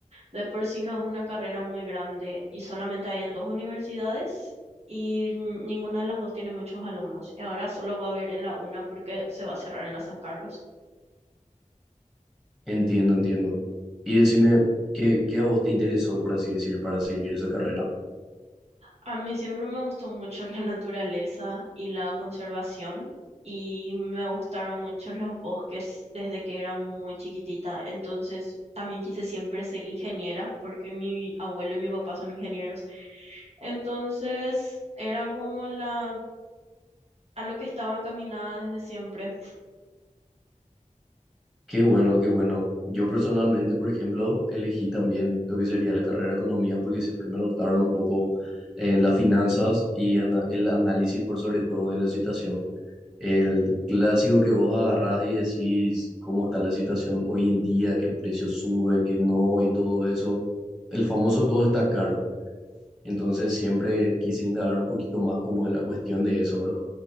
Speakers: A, on the right (about 50°); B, in the centre.
A: De por sí no es una carrera muy grande y solamente hay en dos universidades y ninguna de las dos tiene muchos alumnos. Y ahora solo va a haber en la una porque se va a cerrar en la San Carlos.
B: Entiendo, entiendo. Y decime, ¿qué, qué a vos te interesó, por así decir, para seguir esa carrera?
A: A mí siempre me gustó mucho la naturaleza y la conservación y me gustaron mucho los bosques desde que era muy chiquitita. Entonces también quise siempre ser ingeniera porque mi abuelo y mi papá son ingenieros. Entonces era como la a lo que estaba encaminada desde siempre.
B: Qué bueno, qué bueno. Yo personalmente, por ejemplo, elegí también lo que sería la carrera de economía porque siempre me gustaron un poco en las finanzas y ana- el análisis por sobre todo de la situación. El clásico que vos agarrás y decís cómo está la situación hoy en día, qué precio sube, qué no y todo eso. El famoso todo está caro. Entonces siempre
A: Sí.
B: quise indagar un poquito más como de la cuestión de eso, ¿verdad?